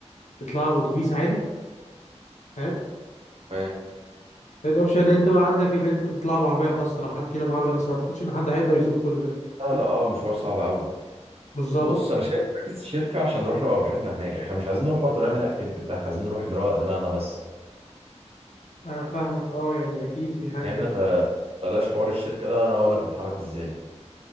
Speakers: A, on the left; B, on the right.
A: تطلعها باتوبيس عادي فاهم
B: تمام
A: تالت اوبشن اللي انت بقى عندك اللي انت تطلعها بعربية خاصة لو حد فينا معاه عربية بس ما اعتقدش ان حد هيقدر يسوق كل ده
B: لا لا اه مشوار صعب قوي
A: بالظبط
B: بص انا شايف مركز الشركة عشان نروح نبقى براحتنا هناك احنا مش عايزين نروح برضه نعمل اكتيفيتي بتاعنا احنا عايزين نروح نروق دماغنا بس
A: انا فاهمك اه يعني اكيد دي حاجه
B: فاهمنا
A: جامده
B: فبلاش حوار الشركة ده انا هقول لك نتحرك ازاي